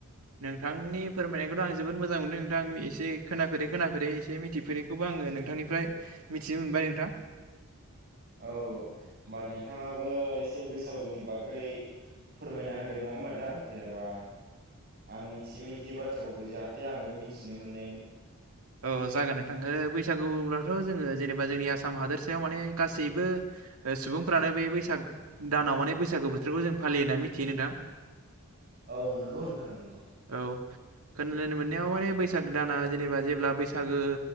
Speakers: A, on the right; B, on the right.
A: नोंथांनि फोरमायनायखौथ' आं जोबोद मोजां मोनदों नोंथां एसे खोनाफेरै खोनाफेरै एसे मिथिफेरैखौबो आं आङो नोंथांनिफ्राय मिथिनो मोनबाय नोंथां
B: औ-औ होमबा नोंथाङाबो एसे बैसागुनि बागै फोरमायना होदो नङा होनबा नोंथां जेनेबा आं मिथियै - मिथियै बाथ्राफोरखौ जाहाथे आंबो मिथिनो मोननायनि
A: औ जागोन नोंथाङो बैसागु बब्लाथ' जोङो जेनेबा जोंनि आसाम हादोरसायाव माने गासैबो सुबुंफ्रानो बे बैसाग दानाव माने बैसागो बोथोरखौ जों फालियो होनानै मिथियो नोंथां
B: औ नंगौ नोंथां नंगौ
A: औ खोनानो मोननायाव माने बैसाग दाना जेनेबा जे जब्ला बैसागो